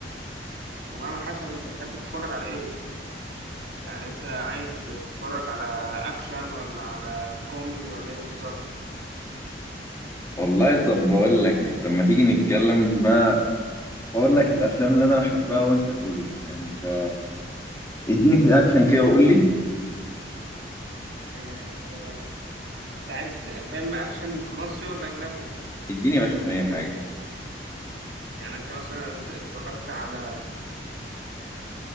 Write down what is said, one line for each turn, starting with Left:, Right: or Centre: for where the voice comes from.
Right: والله على حسب انت بتحب تتفرج على ايه يعني انت عايز تتفرج على اكشن ولا على كوميدي ولا ايه بالظبط
Left: والله طب بقول لك إيه طب ما تيجي نتكلم بقى أقول لك الأفلام اللي أنا بحبها وأنت تقول لي يعني أنت اديني في الأكشن كده وقول لي
Right: اه... انت عايز فيلم اكشن مصري ولا اجنبي
Left: اديني يا باشا في أي حاجة
Right: يعني انت مثلا اتفرجت على